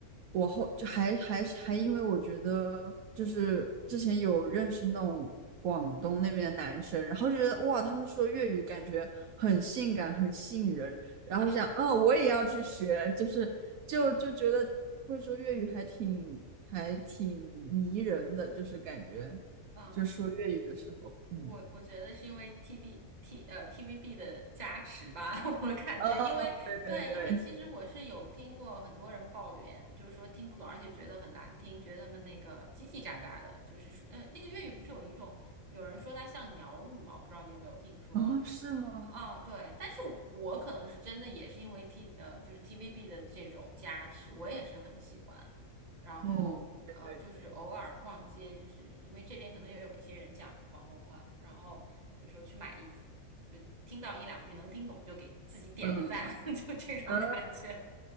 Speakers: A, on the right; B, on the right.
A: 我后就还还还因为我觉得就是之前有认识那种广东那边的男生，然后就觉得哇，他们说粤语感觉很性感，很吸引人，然后我想哦，我也要去学，就是就就觉得会说粤语还挺还挺迷人的，就是感觉
B: 嗯
A: 就说粤语的时候，嗯。
B: 我我觉得是因为 T B T 呃 T V B 的加持吧，<laughs> 我感觉，
A: 哦，
B: 因为对，
A: 对对对，
B: 因为其实我是有听过很多人抱怨，就是说听不懂，而且觉得很难听，觉得他们那个叽叽喳喳的，就是说，呃，那个粤语不是有一种有人说它像鸟语嘛，我不知道你有没有听说，
A: 啊，是吗？
B: 啊，对，但是我可能是真的也是因为 T 呃，就是 TVB 的这种加持，我也是很喜欢。然后呃，
A: 嗯，对对对，
B: 就是偶尔逛街，就是因为这边可能也有一些人讲广东话，然后比如说去买衣服，就听到一两句能听懂，就给自己点个赞，
A: 嗯
B: <laughs> 就这种感觉。
A: 啊，